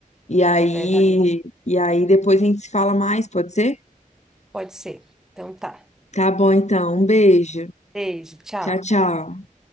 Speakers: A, on the left; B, in the centre.
A: E aí,
B: É verdade.
A: e aí depois a gente se fala mais, pode ser?
B: Pode ser. Então tá.
A: Tá bom, então. Um beijo.
B: Beijo, tchau.
A: Tchau, tchau.